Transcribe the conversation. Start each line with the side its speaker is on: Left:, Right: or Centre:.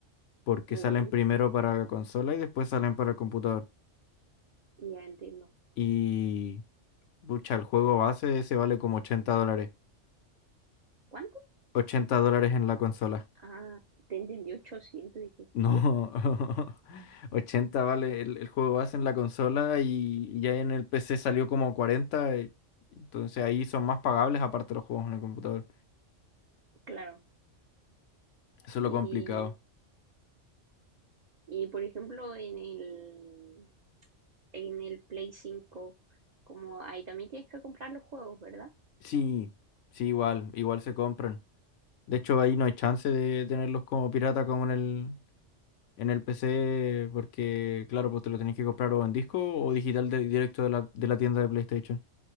Left: Porque
Right: uh,
Left: salen primero para la consola y después salen para el computador.
Right: ya entiendo.
Left: Y, pucha, el juego base ese vale como 80 dólares.
Right: ¿Cuánto?
Left: ochenta dólares en la consola.
Right: Ah, te entendí 800, dije,
Left: No,
Right: ¿qué?
Left: <laughs> 80 vale el, el juego base en la consola y ya en el PC salió como cuarenta eh, entonces ahí son más pagables aparte de los juegos en el computador.
Right: Claro.
Left: Eso es
Right: Y,
Left: lo complicado.
Right: y por ejemplo, en el, en el Play 5 como ahí también tienes que comprar los juegos, ¿verdad?
Left: Sí, sí, igual, igual se compran. De hecho, ahí no hay chance de tenerlos como pirata como en el, en el PC, porque claro, pues te lo tenés que comprar o en disco o digital de- directo de la, de la tienda de PlayStation.